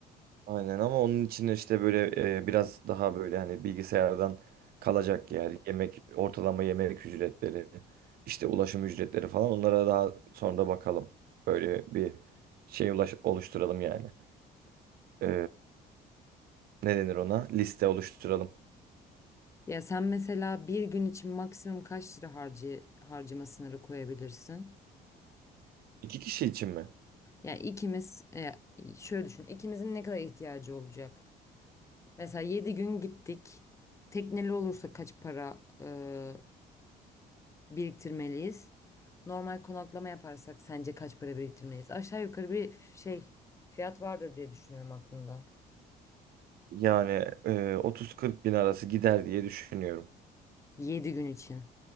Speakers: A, on the right; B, on the left.
A: Aynen ama onun için işte böyle e, biraz daha böyle hani bilgisayardan kalacak yer, yemek, ortalama yemek ücretleri, işte ulaşım ücretleri falan onlara daha sonra bakalım. Böyle bir şey ulaş- oluşturalım yani. E, ne denir ona? Liste oluşturalım.
B: Ya sen mesela bir gün için maksimum kaç lira harcı, harcama sınırı koyabilirsin?
A: İki kişi için mi?
B: Yani ikimiz e, şöyle düşün ikimizin ne kadar ihtiyacı olacak? Mesela 7 gün gittik. Tekneli olursa kaç para e, biriktirmeliyiz? Normal konaklama yaparsak sence kaç para biriktirmeliyiz? Aşağı yukarı bir f- şey fiyat vardır diye düşünüyorum aklımda.
A: Yani e, 30-40 bin arası gider diye düşünüyorum.
B: 7 gün için.